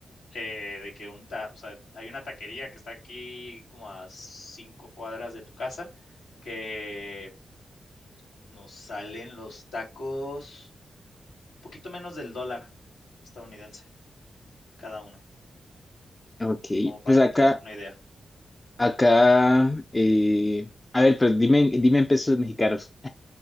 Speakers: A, on the left; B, on the left.
A: Eh, de que un ta o sea, hay una taquería que está aquí como a 5 cuadras de tu casa, que nos salen los tacos poquito menos del dólar estadounidense cada uno,
B: ok,
A: como para
B: pues
A: que
B: acá,
A: te des una idea.
B: acá, eh, a ver, pues dime, dime en pesos mexicanos.